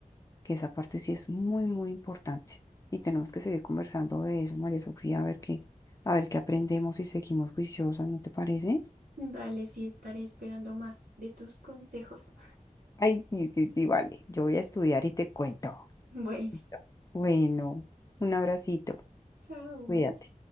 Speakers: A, on the left; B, on the right.
A: que esa parte sí es muy, muy importante. Y tenemos que seguir conversando de eso, María Sofía, a ver qué, a ver qué aprendemos y seguimos juiciosas, ¿no te parece?
B: Dale, sí, estaré esperando más de tus consejos. <laughs>
A: Ay, sí, sí, sí, vale. Yo voy a estudiar y te cuento.
B: Bueno,
A: Listo. Bueno, un abracito.
B: chao.
A: Cuídate.